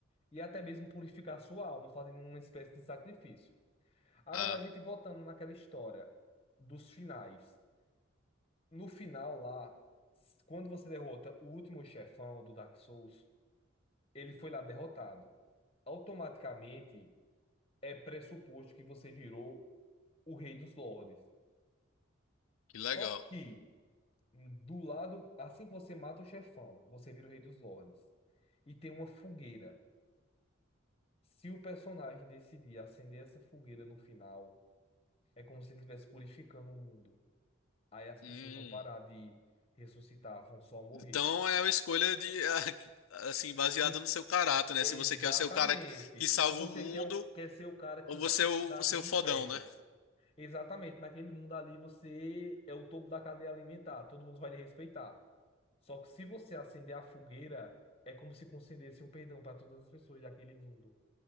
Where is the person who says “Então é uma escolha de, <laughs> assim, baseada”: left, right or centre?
Left